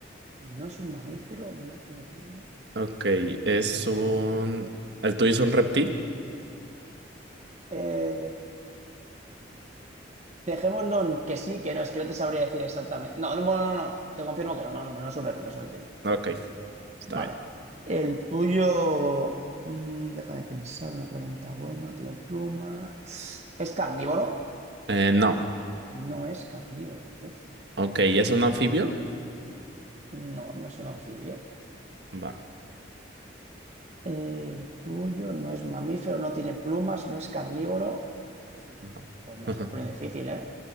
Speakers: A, on the right (about 35°); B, on the right (about 65°).
A: No es un mamífero, no tiene pluma.
B: Ok, es un...
A: Vale.
B: ¿El tuyo es un reptil?
A: Eh, dejémoslo en que sí, que no, es que no te sabría decir exactamente. No, no, no, no, no, te confirmo que no, no, no, no es un reptil, no es un reptil.
B: Ok, está
A: Vale.
B: bien.
A: El tuyo, mm, déjame pensar, una pregunta buena, tiene pluma. ¿Es carnívoro?
B: Eh, no.
A: No es carnívoro. Uf,
B: Ok, ¿es un anfibio?
A: no, no es un anfibio.
B: Va,
A: El tuyo no es mamífero, no tiene plumas, no es carnívoro.
B: no.
A: Oh, me lo estás
B: <laughs>
A: poniendo difícil, ¿eh?